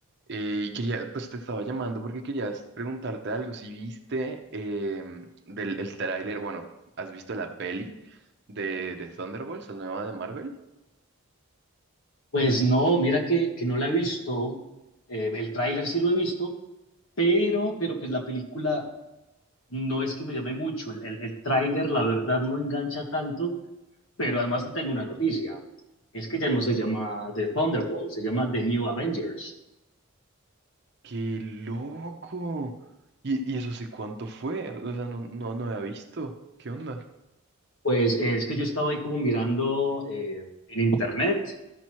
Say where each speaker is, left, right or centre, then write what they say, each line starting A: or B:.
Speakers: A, on the right; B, on the left.
A: Eh, y quería, pues te estaba llamando porque querías preguntarte algo. Si viste em, del el tráiler, bueno, ¿has visto la peli de, de Thunderbolts, la nueva de Marvel?
B: Pues no, mira que, que no la he visto, eh, el tráiler sí lo he visto, pero, pero pues la película no es que me llame mucho, el, el, el tráiler la verdad no engancha tanto, pero además te tengo una noticia, es que ya no se llama The Thunderbolt, se llama The New Avengers.
A: ¡Qué loco! Y, y eso sí, ¿cuánto fue? O sea, no, no, no había visto. ¿Qué onda?
B: Pues eh, es que yo estaba ahí como mirando eh, en internet